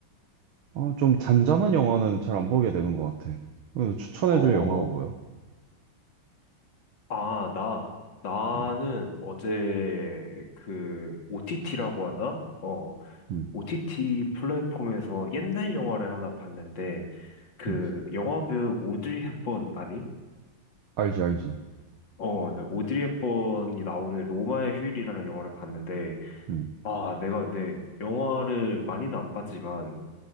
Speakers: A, on the right (about 75°); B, on the left (about 60°).
A: 아, 좀 잔잔한 영화는 잘 안 보게 되는 것 같아. 그래서 추천해줄
B: 어.
A: 영화가 뭐야?
B: 아, 나 나는
A: 음,
B: 어제 그 OTT라고 하나? 어.
A: 음,
B: OTT 플랫폼에서 옛날 영화를 하나 봤는데 그
A: 음.
B: 영화배우 오드리 헵번 아니?
A: 알지, 알지.
B: 어, 네, 오드리 헵번이 나오는 로마의 휴일이라는 영화를 봤는데
A: 음,
B: 아, 내가 근데 영화를 많이는 안 봤지만